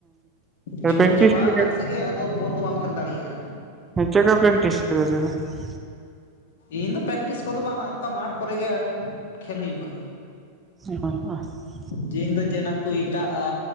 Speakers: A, on the right (about 15°); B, on the left (about 55°).
A: ᱦᱮᱸ
B: ᱡᱩᱣᱟᱹᱱ
A: ᱯᱨᱮᱠᱴᱤᱥ
B: ᱪᱟᱵᱟᱠᱟᱱ
A: ᱠᱮᱫᱟ
B: ᱥᱮᱜᱮ ᱟᱫᱚ ᱵᱚᱞ ᱫᱚ ᱵᱟᱢ ᱠᱷᱮᱹᱞ ᱫᱟᱲᱮᱭᱟᱜᱼᱟ
A: ᱦᱩ ᱪᱮᱠᱟ ᱯᱨᱠᱴᱤᱥ <unintelligible>
B: ᱤᱧ ᱫᱚ ᱯᱮᱠᱴᱤᱥ ᱠᱚᱫᱚ ᱵᱟᱝᱼᱟ ᱚᱱᱠᱟ ᱢᱟᱴᱷ ᱠᱚᱨᱮᱜᱮ ᱠᱷᱮᱞ ᱦᱩᱭᱩᱜᱼᱟ
A: <unintelligible>
B: ᱡᱮ ᱤᱧ ᱫᱚ ᱡᱮ ᱱᱟᱠᱩ ᱮᱴᱟᱜᱼᱟ